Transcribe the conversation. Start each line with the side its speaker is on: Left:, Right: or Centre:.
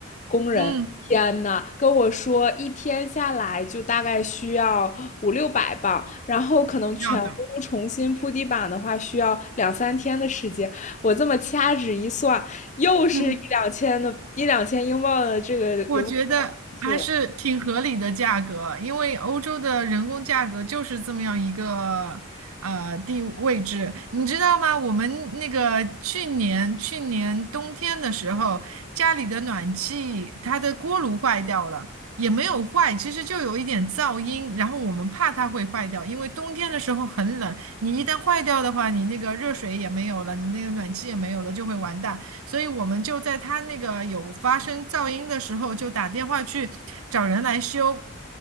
Left: 工人。
Right: 嗯，
Left: 天呐，跟我说一天下来就大概需要五六百磅，然后可能全屋重新铺地板的话需要两三天的时间。
Right: 要的。
Left: 我这么掐指一算，又是一两千的一两千英镑的这个人工费去了。
Right: <laughs> 我觉得还是挺合理的价格，因为欧洲的人工价格就是这么样一个呃地位置，你知道吗？我们那个去年去年冬天的时候，家里的暖气它的锅炉坏掉了，也没有坏，其实就有一点噪音，然后我们怕它会坏掉，因为冬天的时候很冷，你一旦坏掉的话，你那个热水也没有了，你那个暖气也没有了，就会完蛋。所以我们就在他那个有发生噪音的时候，就打电话去找人来修。